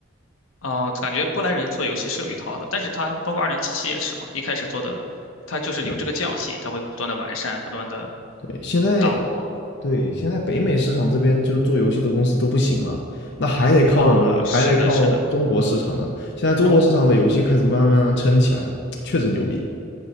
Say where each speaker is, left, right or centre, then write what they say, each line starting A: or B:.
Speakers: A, on the left; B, on the left.
A: 啊，感觉波兰人做游戏是有一套的，但是他包括二零七七也是嘛，一开始做的，他就是有这个匠心，
B: 对
A: 他会不断的完善，不断的
B: 对，现在
A: 嗯打磨。
B: 对，现在北美市场这边就做游戏的公司都不行了，那还得靠我们，
A: 啊，是的，
B: 还得靠中国市场呢。
A: 是的，
B: 现在中国市场的游戏开始慢慢慢慢撑起来了，
A: 中
B: 确实牛逼。